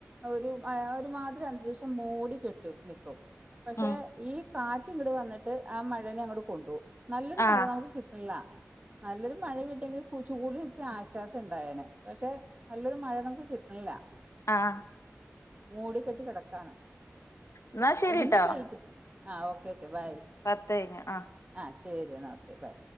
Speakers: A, on the right; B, on the left.
A: ഒരു ഒരുമാതരി അന്തരീക്ഷം മൂടി കെട്ടു നിക്കും പക്ഷെ
B: ഉം
A: ഈ കാറ്റ് ഇങ്ങട് വന്നിട്ട് ആ മഴനെ അങ്ങട് കൊണ്ടുപോകും നല്ലൊരു
B: ആ
A: മഴ നമുക്ക് കിട്ടില്ല നല്ലൊരു മഴ കിട്ടിയെങ്കിൽ കൂട്നിത്തിരി ആശ്വാസം ഇണ്ടായേനെ പക്ഷെ നല്ലൊരു മഴ നമുക്ക് കിട്ട് ല്ല
B: ആഹ്
A: മൂട കെട്ടി കിടക്കാണ്
B: എന്നാ ശരിട്ടോ
A: ഇന്ന് പെയിട്ത് ആഹ ഓക്കേ ഓക്കെ ബൈ
B: പത്ത് കഴിഞ്ഞഞ് ആ
A: ആഹ ശരി എന്നാ ഓക്കെ ബൈ